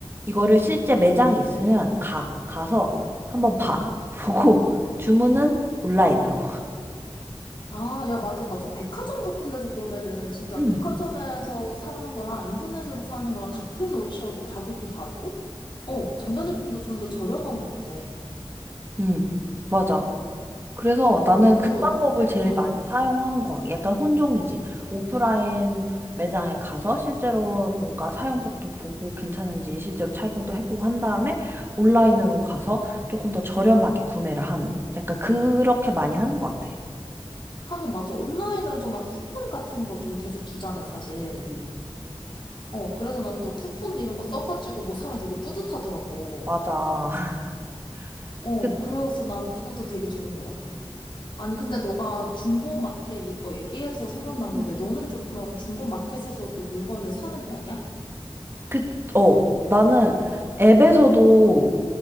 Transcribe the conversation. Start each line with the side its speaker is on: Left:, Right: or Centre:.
Right: 이거를 실제 매장이 있으면 가 가서 한번 봐
Left: 음.
Right: 보고 <laughs> 주문은 온라인으로.
Left: 아, 야, 맞아, 맞아. 백화점 같은 데서 보면은 진짜
Right: 음,
Left: 백화점에서 사는 거랑 인터넷으로 사는 거랑 같은 옷이어도 가격도 다르고, 어, 전자제품도 좀 더 저렴한 것 같아.
Right: 음, 맞아. 그래서 나는
Left: 그래서,
Right: 그 방법을 제일
Left: 음.
Right: 많이 사용하는 거 같아. 약간 혼종이지. 오프라인 매장에 가서 실제로 뭔가 사용법도 보고 괜찮은지 실제로 착용도 해보고 한 다음에 온라인으로 가서 조금 더 저렴하게 구매를 하는. 약간 그렇게 많이 하는 것 같아.
Left: 하긴 맞아. 온라인은 좀 막 쿠폰 같은 거 좀 계속 주잖아, 사실.
Right: 음.
Left: 어, 그래서 난 좀 쿠폰 이런 거 써가지고 뭐 사면 되게 뿌듯하더라고.
Right: 맞아. <laughs>
Left: 어,
Right: 그,
Left: 그래서 난 그것도 되게 좋은 것 같아. 아니, 근데 너가 중고마켓 이거 얘기해서 생각난
Right: 음.
Left: 건데, 너는 좀 그런 중고마켓에서도 물건을 사는 편이야?
Right: 그, 어, 나는 앱에서도